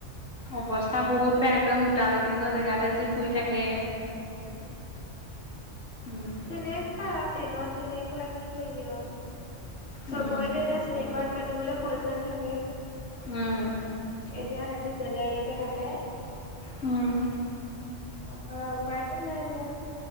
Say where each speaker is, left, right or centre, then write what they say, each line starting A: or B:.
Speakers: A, on the left (about 80°); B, on the left (about 60°).
A: অৱস্থা বহুত বেয়া, একদম মোটা লেটিঙৰ জেগাতে যি শুই থাকে।
B: <inaudible>
A: উম
B: তেনেকুৱা আৰু ট্ৰেইনত তেনেকুৱাই কি কৰিবি আৰু। চবৰেটো
A: উম
B: এতিয়া শ্লিপাৰত কাটিবলে পইচা নাথাকে।
A: হয়।
B: এতিয়া সিঁহতি জেনেৰেলতেই কাটে।
A: উম।
B: আমাৰ উপায়তটো নাই এতিয়া,